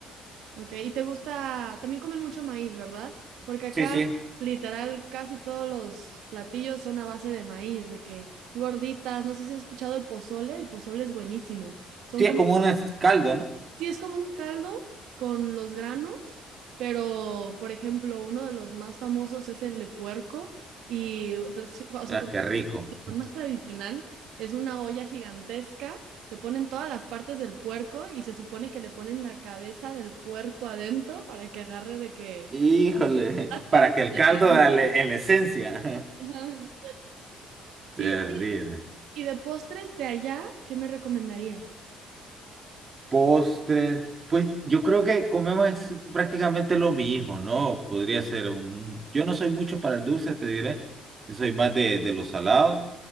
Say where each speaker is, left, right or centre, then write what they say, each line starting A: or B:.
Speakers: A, on the right (about 80°); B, on the right (about 30°).
A: ok. Y te gusta, también comen mucho maíz, ¿verdad? Porque acá,
B: Sí, sí.
A: literal, casi todos los platillos son a base de maíz, de que gorditas, no sé si has escuchado el pozole, el pozole es buenísimo. Son
B: Sí,
A: como
B: es como un es- caldo, ¿no?
A: Sí, es como un caldo con los granos, pero por ejemplo, uno de los más famosos es el de puerco y, de- sí, o sea,
B: Ah,
A: con
B: qué rico.
A: con más tradicional es una olla gigantesca, le ponen todas las partes del puerco y se supone que le ponen la cabeza del puerco adentro para que agarre de que
B: Híjole,
A: así
B: <laughs> para
A: como-
B: que el caldo dale en la esencia.
A: <laughs> Ajá.
B: <laughs> Terrible.
A: Sí, oye, y de postres de allá, ¿qué me recomendarías?
B: postres. Pues yo creo que comemos ex- prácticamente lo mismo, ¿no? Podría ser un... Yo no soy mucho para el dulce, te diré. Yo soy más de, de lo salado,